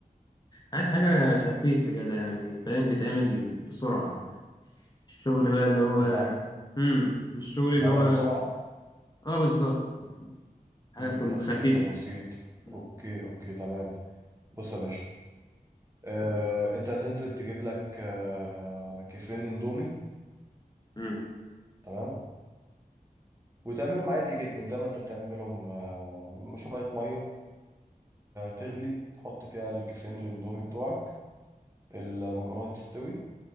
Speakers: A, on the left (about 25°); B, on the right (about 20°).
A: عايز حاجه خفيفه كده يعني فاهم تتعمل بسرعه الشغل بقى اللي هو
B: بتتعمل
A: امم مش الشغل
B: بتتعمل
A: اللي هو
B: بسرعة
A: اه بالظبط حاجه
B: م،
A: تكون
B: بسيطة
A: خفيفه
B: بسيطة
A: مم.
B: اوكي اوكي تمام بص يا باشا آه،
A: ماشي
B: انت هتنزل تجيب لك آه، كيسين اندومي
A: امم
B: تمام وتعملهم عادي جدا زي ما انت بتعملهم آه، شوية مية تغلي تحط فيها الكيسين الاندومي بتوعك المكرونة تستوي